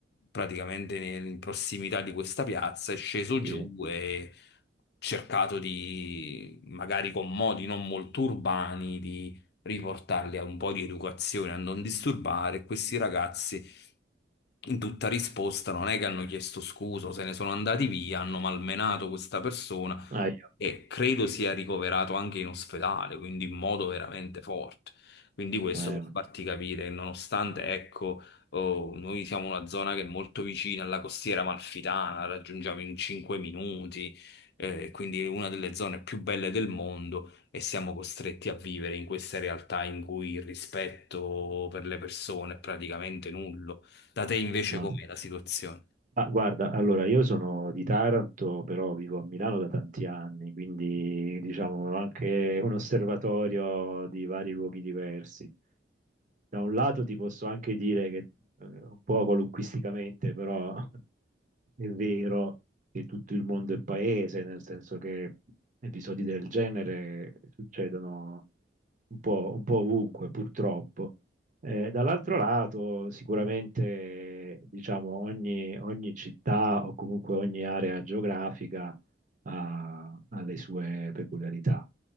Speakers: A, on the left; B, on the right.
A: praticamente nel- in prossimità di questa piazza, è sceso giù
B: Sì.
A: e cercato di, magari con modi non molto urbani, di riportarli a un po' di educazione, a non disturbare questi ragazzi in tutta risposta non è che hanno chiesto scusa, o se ne sono andati via, hanno malmenato questa persona
B: Ah,
A: e credo sia ricoverato anche in ospedale, quindi in modo veramente forte. Quindi questo
B: io-
A: per
B: eh,
A: farti capire che nonostante, ecco, oh, noi siamo una zona che è molto vicina alla costiera amalfitana, la raggiungiamo in 5 minuti, eh, quindi una delle zone più belle del mondo e siamo costretti a vivere in queste realtà in cui il rispetto per le persone è praticamente nullo. Da te invece
B: ma
A: com'è la situazione?
B: Ma guarda, allora io sono di Taranto, però vivo a Milano da tanti anni, quindi diciamo ho anche un osservatorio di vari luoghi diversi. Da un lato ti posso anche dire che, eh, un po' qualunquisticamente, però <laughs> è vero che tutto il mondo è paese, nel senso che episodi del genere succedono un po', un po' ovunque, purtroppo. Eh, dall'altro lato, sicuramente, diciamo, ogni, ogni città o comunque ogni area geografica ha, ha le sue peculiarità.